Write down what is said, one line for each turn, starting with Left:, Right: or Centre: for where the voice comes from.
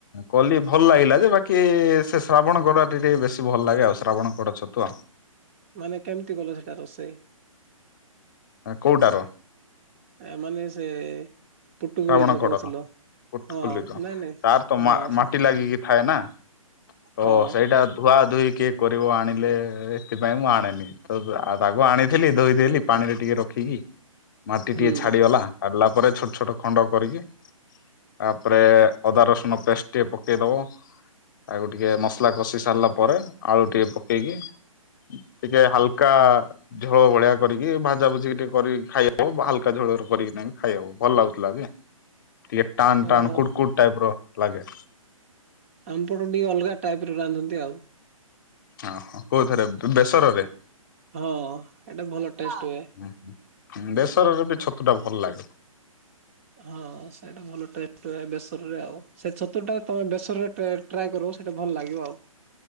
Left: କଲି ଭଲ ଲାଗିଲା ଯେ ବାକି ସେ ଶ୍ରାବଣ ଗଡ ଟେ ଟିକେ ବେଶୀ ଭଲ ଲାଗେ ଆଉ ଶ୍ରାବଣ ଗଡ ଛତୁ ଆଉ।
Right: ମାନେ କେମିତି କଲ ସେଇଟା ରୋଷେଇ?
Left: କୋଉଟାର?
Right: ଏମାନେ ସେ ପୁଟୁଗୁଳି
Left: ଶ୍ରାବଣ
Right: ଯୋଉ
Left: କଡର
Right: କହୁଥିଲ ହଁ
Left: କଲି ତାର
Right: ନାଇଁ ନାଇଁ
Left: ତ
Right: ହଁ ସେଇଟା
Left: ମାଟି ଲାଗିକି ଥାଏ ନା ତ
Right: ହଁ
Left: ସେଇଟା ଧୁଆ ଧୁଇ କିଏ କରିବ ଆଣିଲେ ସେଥିପାଇଁ ମୁଁ ଆଣେନି। ତ ତାକୁ ଆଣିଥିଲି ଧୋଇଦେଲି ପାଣିରେ ଟିକେ ରଖିକି। ମାଟି
Right: ହୁଁ।
Left: ଟିକେ ଛାଡିଗଲା ଛାଡିଲା ପରେ ଛୋଟ ଛୋଟ ଖଣ୍ଡ କରିକି ତାପରେ ଅଦା ରସୁନ ପେଷ୍ଟ ଟିକେ ପକେଇ ଦବ। ତାକୁ ଟିକେ ମସଲା କଷି ସାରିଲା ପରେ ଆଳୁ ଟିକେ ପକେଇକି ଟିକେ ହାଲକା ଝୋଳ ଭଳିଆ କରିକି ଭାଜା ଭୁଜିିକି ଟିକେ କରିକି ଖାଇ ହବ ହାଲକା ଝୋଳ କରିକି ଖାଇହବ ଭଲ ଲାଗୁଚି। ଲାଗେ। ଟିକେ ଟାନ୍
Right: ଓହୋ
Left: ଟାନ୍ କୁଡ୍ କୁଡ୍ ଟାଇପ୍ ର ଲାଗେ।
Right: ଆମ ପଟେ ଟିକେ ଅଲଗା ଟାଇପ୍ ର ରାନ୍ଧନ୍ତି ଆଉ।
Left: ଓ ହୋ କୋଉ ଥରେ ବେସର ରେ?
Right: ହଁ ଏଇଟା ଭଲ ଟେଷ୍ଟ ହୁଏ।
Left: ହଁ ଦେଶରରେ ବି ଛତୁ ଟା ଭଲ ଲାଗେ।
Right: ହଁ ସେଇଟା ଭଲ ଟେଷ୍ଟ ବେସରରେ ଆଉ। ସେଇ ଛତୁଟା ତମେ ବେସରରେ ଟ ଟ୍ରାଏ କରିବ ସେଇଟା ଭଲ ଲାଗିବ ଆଉ।